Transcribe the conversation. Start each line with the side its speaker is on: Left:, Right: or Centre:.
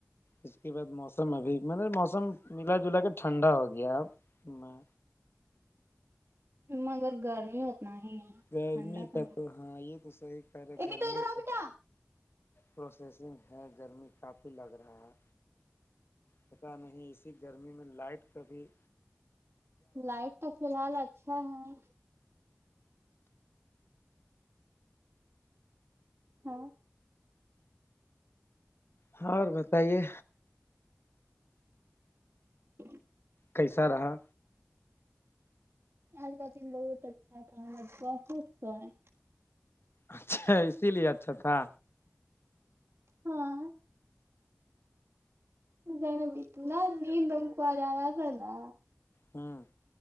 Left: اس کے بعد موسم ابھی م نے موسم ملا جلا کے ٹھنڈا ہو گیا اب میں
Right: مگر گرمی اتنا ہی
Left: گرمی
Right: ٹھنڈا کہاں
Left: کا تو ہاں یہ تو صحیح کر ہے
Right: ایک
Left: گرمی
Right: تو ادھر آؤ
Left: کا
Right: بیٹا
Left: پروسیسنگ ہے گرمی کافی لگ رہا ہے پتا نہیں ایسی گرمی میں لائٹ کبھی
Right: لائٹ تو فی الحال اچھا ہے ہاں
Left: ہاں اور بتائیے
Right: جی
Left: کیسا رہا
Right: آج کا دن بہت اچھا تھا ہم آج بہت سوے
Left: اچھا اسی لیے اچھا تھا
Right: ہاں جانا بھی نا نیند ہم کو آج آیا تھا نا
Left: ہمم